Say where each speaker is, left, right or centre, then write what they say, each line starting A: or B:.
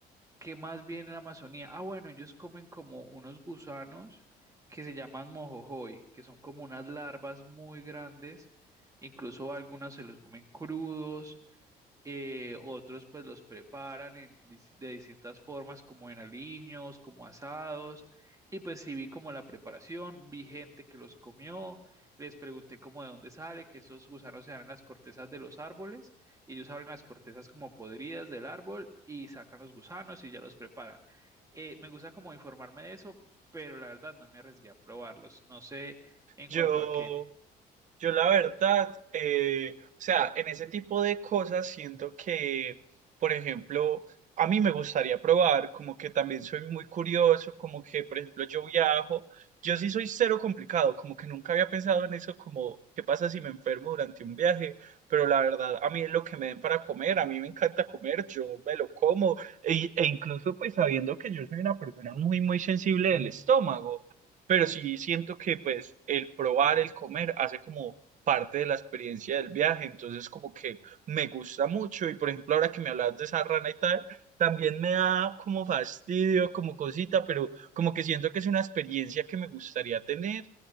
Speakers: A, on the right (about 20°); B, on the right (about 50°).
A: ¿Qué más bien en la Amazonía? Ah, bueno, ellos comen como unos gusanos que se llaman mojojoy, que son como unas larvas muy grandes, incluso algunas se los comen crudos, eh, otros pues los preparan en dis- de distintas formas, como en aliños, como asados. Y pues sí vi como la preparación, vi gente que los comió, les pregunté como de dónde sale, que esos gusanos se dan en las cortezas de los árboles, y ellos abren las cortezas como podridas del árbol y sacan los gusanos y ya los preparan. Eh, me gusta como informarme de eso, pero la verdad no me arriesgué a probarlos. No sé en
B: Yo,
A: cuanto a que
B: Yo la verdad, eh, o sea, en ese tipo de cosas siento que, por ejemplo, a mí me gustaría probar, como que también soy muy curioso, como que, por ejemplo, yo viajo, yo sí soy cero complicado, como que nunca había pensado en eso, como, ¿qué pasa si me enfermo durante un viaje? Pero la verdad, a mí es lo que me den para comer, a mí me encanta comer, yo me lo como, e, e incluso pues sabiendo que yo soy una persona muy, muy sensible del estómago pero sí siento que pues el probar, el comer hace como parte de la experiencia del viaje, entonces como que me gusta mucho y por ejemplo ahora que me hablas de esa rana y tal, también me da como fastidio, como cosita, pero como que siento que es una experiencia que me gustaría tener